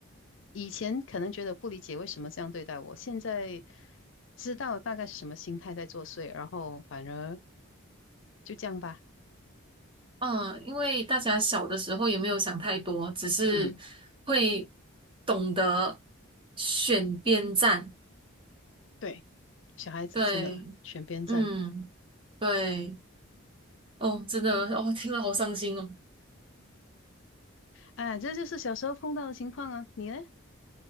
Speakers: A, on the left; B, on the right.
A: 以前可能觉得不理解为什么这样对待我，现在知道大概是什么心态在作祟，然后反而就这样吧。
B: 啊，因为大家小的时候也没有想太多，只是
A: 嗯。
B: 会懂得选边站。
A: 对，小孩子真的选边站，
B: 对，嗯，对，哦，真的，哦，听了好伤心哦。
A: 哎，这就是小时候碰到的情况啊。你呢？